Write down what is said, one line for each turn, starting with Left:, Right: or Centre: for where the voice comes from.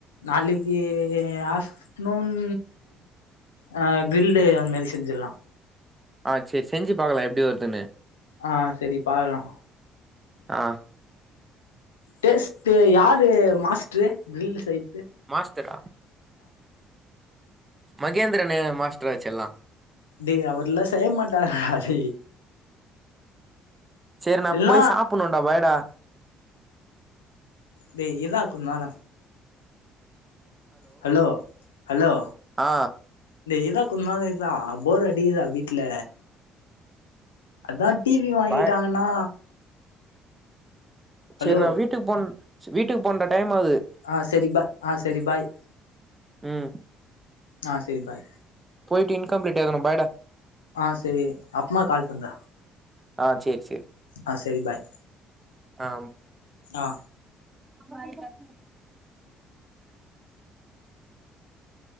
Left: நாளிக்கி ஆஃப்ட்ர்நூன் ஆ க்ரில்லு அந்த மேரி செஞ்சிர்லா
Right: ஆ சேரி செஞ்சு பாக்கலா எப்டி வர்துன்னு
Left: ஆ செரி பாக்கலா
Right: ஆ
Left: டேஸ்ட்டு யாரு மாஸ்ட்ரு கிரில்லு செய்
Right: மாஸ்டரா மகேந்திரனு மாஸ்டராச்சே எல்லா
Left: டேய் அவருல்லா செய்ய மாட்டாருடா டேய்
Right: சேரி நா
Left: எல்லா
Right: போய் சாப்புணூண்டா பாய் டா
Left: டேய் இரா கொஞ்ச நேரோ ஹலோ ஹலோ
Right: ஆ
Left: டேய் இரா கொஞ்சநேரோ இருரா போர் அடிக்கிதுடா வீட்ல அதா டி வி வாங்கிட்டாங்கனா
Right: பாய் சேரி
Left: ஹலோ
Right: நா வீட்டுக் போன் ச வீட்டுக் போகனுன்டா டைமாகுது
Left: ஆ சரி பா ஆ சரி பாய்
Right: ம்
Left: ஆ சேரி பாய்
Right: போய்ட்டு இன்கம்ப்ளீட் எழுதனு பாய் டா
Left: ஆ சேரி அப்மா கால் பண்ற
Right: ஆ சேரி சேரி
Left: ஆ சேரி பாய்
Right: ஆ
Left: ஆ
Right: பாய் பாய்